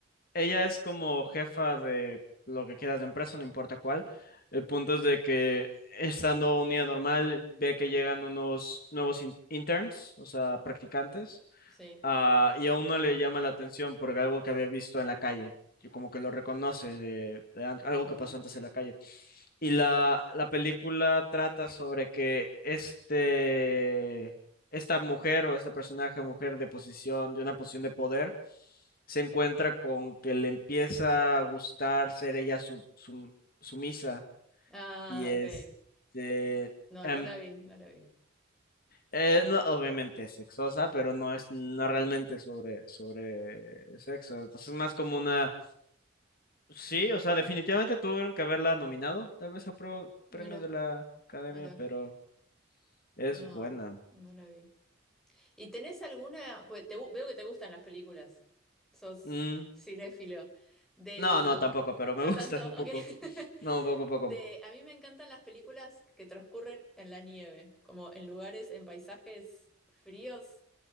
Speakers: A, on the left (about 50°); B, in the centre.
A: Ella es como jefa de lo que quieras de empresa, no importa cuál. El punto es de que estando un día normal, ve que llegan unos nuevos in- interns, o sea, practicantes,
B: Sí,
A: ah, y a uno le llama la atención por algo que había visto en la calle, que como que lo reconoce de, de an- algo
B: no.
A: que pasó antes en la calle. Y la, la película trata sobre que este esta mujer o este personaje mujer de posición, de una posición de poder, se encuentra con que le empieza a gustar ser ella su, su- sumisa
B: Ah,
A: y es
B: ok.
A: eh,
B: No,
A: em,
B: no la vi, no la vi.
A: eh, no, obviamente es sexosa, pero no es no realmente sobre, sobre sexo. Entonces es más como una... Sí, o sea, definitivamente tuvieron que haberla nominado, tal vez a pro-
B: Mira,
A: premios de la academia,
B: mira.
A: pero es
B: No,
A: buena.
B: no la vi. ¿Y tenés alguna... Pues te, gu- veo que te gustan las películas. Sos
A: Mm,
B: cinéfilo. Del...
A: No, no, tampoco, pero me
B: No
A: <laughs> gusta
B: tanto,
A: un
B: ok.
A: poco.
B: <laughs>
A: No, poco, poco,
B: De,
A: poco.
B: a mí me encantan las películas que transcurren en la nieve, como en lugares, en paisajes fríos.